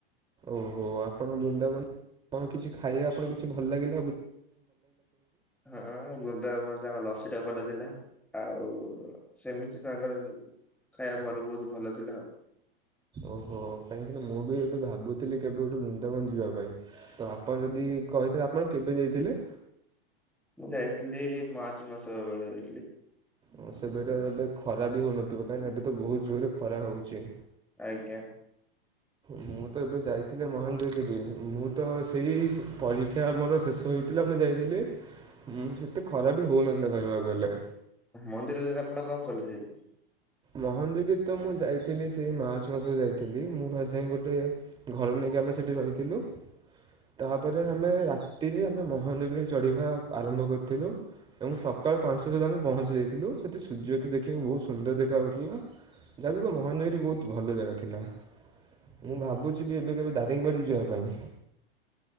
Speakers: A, on the right (about 15°); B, in the centre.
A: ଓହୋ ଆପଣଙ୍କ ବୃନ୍ଦାବନରେ କଣ କିଛି ଖାଇବା ଆପଣଙ୍କୁ କିଛି ଭଲ ଲାଗିଛି।
B: ହଁ ବୁନ୍ଦବନରେ ଲସି ଟା ଭଲ ଥିଲା। ଆଉ ସେମିତି ତାଙ୍କର ଖାଇବା ଭଲ ବହୁତ ଭଲ ଥିଲା ଆଉ।
A: ଓହୋ, କାହିଁକି ନା ମୁଁ ବି ଏବେ ଭାବୁଥିଲି କେବେ ଗୋଟେ ବୃନ୍ଦାବନ ଯିବା ପାଇଁ। ତ ଆପଣ ଯଦି କହିଥା ଆପଣ କେବେ ଯାଇଥିଲେ?
B: ମୁଁ ଯାଇଥିଲି ମାର୍ଚ୍ଚ ମାସ ବେଳେ ଯଇଥିଲି।
A: ଉ ସେବେଟା ଏବେ ଖରା ବି ହଉନଥିବ କାହିଁକି ଏବେ ତ ବହୁତ ଜୋରରେ ଖରା ରହିଛି।
B: ଆଜ୍ଞା।
A: ମୁଁ ତ ଏବେ ଯାଇଥିଲି ମହେନ୍ଦ୍ରଗିରି। ମୁଁ ତ ସେଇ ପରୀକ୍ଷା ମୋର ଶେଷ ହୋଇ ଥିଲା ମୁଁ ଯାଇଥିଲି ସେତେ ଖରାବି ହଉନଥିଲା କହିବାକୁ ଗଲେ।
B: ମନ୍ଦିରରେ ଆପଣ କଣ କଲେ ଯାଇକି?
A: ମୋହନଦୀ ତ ମୁଁ ଯାଇଥିଲି ସେଇ ମାର୍ଚ୍ଚ ମାସ ଯାଇଥିଲି। ମୁଁ ଫାଷ୍ଟ ଯାଇ ଗୋଟେ ଘରେ ନେଇ ଯାଇକି ଆମେ ସେଠି ରହିଥିଲୁ। ତାପରେ ଆମେ ରାତିରେ ଆମେ ମୋହଗରେ ଚଢିବା ଆରମ୍ଭ କରିଥିଲୁ। ଏବଂ ସକାଳ ପାଞ୍ଚଟା ସୁଦ୍ଧା ଆମେ ପହଞ୍ଚିଯାଇଥିଲୁ। ସେଠି ସୂର୍ଯ୍ୟ ତ ଦେଖିବାକୁ ବହୁତ ସୁନ୍ଦର ଦେଖ ଦେଖାଥିଲା ଯାହା ଯୁକ ମହନ୍ଦଗିରି ବହୁତ ଭଲ ଜାଗା ଥିଲା। ମୁଁ ଭାବୁଛି ବି ଏବେ କେବେ ଦାରିଙ୍ଗବାଡ଼ି ଯିବା ପାଇଁ।